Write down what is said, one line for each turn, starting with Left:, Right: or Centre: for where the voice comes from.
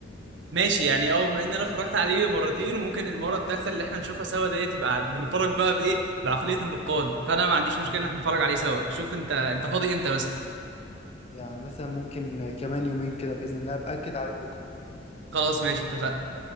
Right: ماشي يعني اه بما ان انا اتفرجت عليه مرتين وممكن المرة الثالثة اللي احنا نشوفها سوا ديت يبقى بنتفرج بقى بايه بعقلية النقاد فانا ما عنديش مشكلة ان احنا نتفرج عليه سوا شوف انت انت فاضي امتى بس
Left: يعني مثلا ممكن كمان يومين كده باذن الله باكد عليك بكره
Right: خلاص ماشي اتفقنا